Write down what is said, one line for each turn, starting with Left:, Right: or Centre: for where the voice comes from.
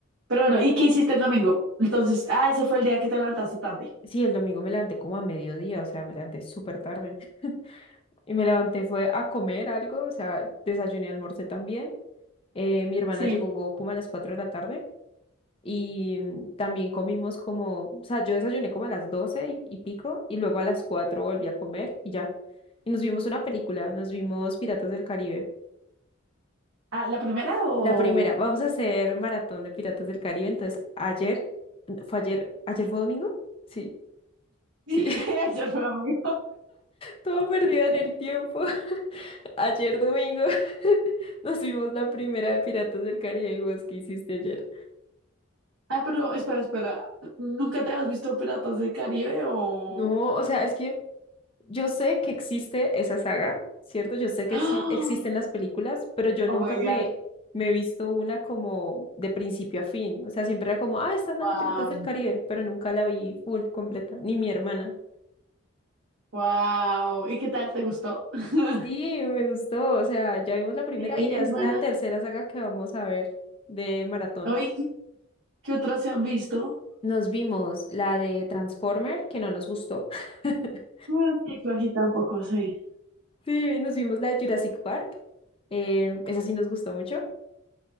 Right: Pero bueno, ¿y qué hiciste el domingo? Entonces, ah, ese fue el día que te levantaste tarde.
Left: Sí, el domingo me levanté como a mediodía, o sea, me levanté súper tarde. <laughs> Y me levanté fue a comer algo, o sea, desayuné, almorcé también. Eh, mi hermana
Right: Sí.
Left: llegó como a las 4 de la tarde y mm, también comimos como, o sea, yo desayuné como a las 12 y, y pico y luego a las 4 volví a comer y ya. Y nos vimos una película, nos vimos Piratas del Caribe.
Right: Ah, ¿la primera o...?
Left: La primera, vamos a hacer maratón de Piratas del Caribe. Entonces, ayer, fue ayer, ayer fue domingo, sí,
Right: Sí,
Left: sí.
Right: <laughs> ayer fue domingo.
Left: Todo perdido en el tiempo. <laughs> Ayer domingo <laughs> nos vimos la primera de Piratas del Caribe y vos, ¿qué hiciste ayer?
Right: Ah, pero espera, espera. ¿Nunca te has visto Piratas del Caribe o...?
Left: No, o sea, es que yo sé que existe esa saga, ¿cierto? Yo sé que
Right: <gasps> ¡Ah!
Left: sí existen las películas, pero yo
Right: Oh
Left: nunca
Right: my
Left: me,
Right: God,
Left: me he visto una como de principio a fin. O sea, siempre era como, ah, están dando
Right: wow,
Left: Piratas del Caribe, pero nunca la vi full, completa, ni mi hermana.
Right: wow. ¿Y qué tal? ¿Te gustó? <laughs>
Left: Sí, me gustó, o sea, ya vimos la primera
Right: Sí,
Left: y ya
Right: es
Left: es
Right: buena.
Left: la tercera saga que vamos a ver de maratón.
Right: Oye, ¿qué, qué otras se han visto?
Left: Nos vimos la de Transformer, que no nos gustó. <laughs>
Right: Bueno, sí, flojita un poco sí.
Left: Sí, nos vimos la de Jurassic Park. eh, esa sí nos gustó mucho.